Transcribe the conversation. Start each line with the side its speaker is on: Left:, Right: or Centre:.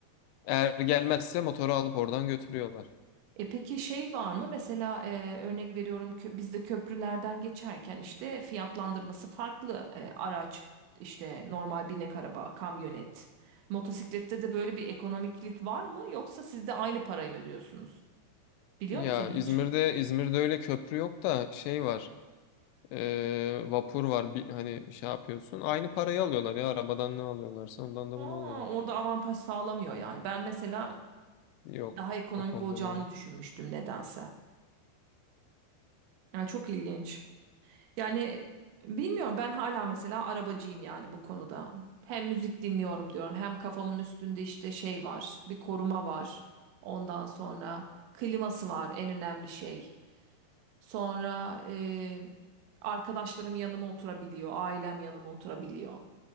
Left: Eğer gelmezse motoru alıp oradan götürüyorlar.
Right: E peki şey var mı? Mesela e, örnek veriyorum kö bizde köprülerden geçerken işte fiyatlandırması farklı E, araç işte normal binek araba, kamyonet. Motosiklette de böyle bir ekonomiklik var mı? Yoksa siz de aynı parayı mı ödüyorsunuz? Biliyor
Left: Ya
Right: musun hiç?
Left: İzmir'de İzmir'de öyle köprü yok da şey var. e, vapur var. Bir, hani şey yapıyorsun. Aynı parayı alıyorlar ya arabadan ne alıyorlarsa ondan da
Right: Aa,
Left: bunu alıyorlar.
Right: orada avantaj sağlamıyor yani. Ben mesela
Left: Yok
Right: daha ekonomik
Left: o konuda
Right: olacağını
Left: bir
Right: düşünmüştüm nedense. Yani çok ilginç. Yani bilmiyorum ben hala mesela arabacıyım yani bu konuda. Hem müzik dinliyorum diyorum hem kafamın üstünde işte şey var bir koruma var. Ondan sonra kliması var en önemli şey. Sonra e, arkadaşlarım yanıma oturabiliyor ailem yanıma oturabiliyor.